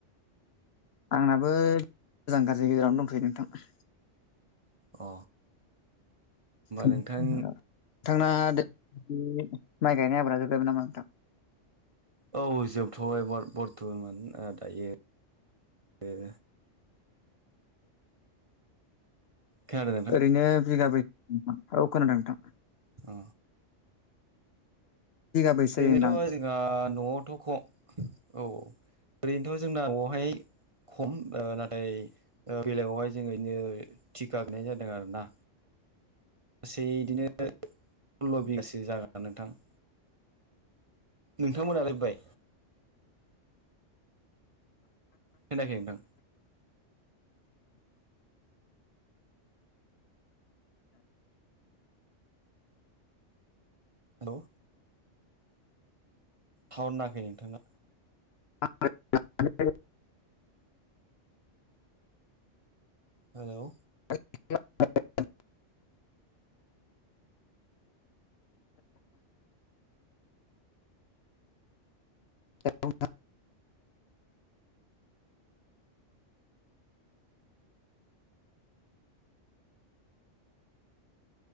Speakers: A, on the left (about 60°); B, on the right (about 30°).
A: आंनाबो मोजां गाज्रिनि गेजेरावनो दंथैयो नोंथां
B: अ
A: नोंथांना
B: नोंथां
A: माइ गायनाय आब्रा जोबायमोन नामा नोंथां
B: औ जोबथ'बाय बर-बर्थमान दायो खोनादों नोंथां
A: ओरैनो बिघाबै औ खोनादों नोंथां
B: अ
A: बिगाबैसो
B: <unintelligible>
A: जायो नोंथां
B: जोंहा न'आवथ' ख औ औ ओरैनोथ' जोंना बेावहाय खम ओ नाथाय बेलेगावहाय जोङ नो थिका गैनाय जादों आरो ना गासै बिदिनो सल्ल' बिगासो जागोन नोंथां नोंथांमोना लायोबबाय खोनायाखै नोंथां हेल' थाउर नांङाखै नोंथांना
A: <unintelligible>
B: हेलौ
A: <unintelligible> <unintelligible>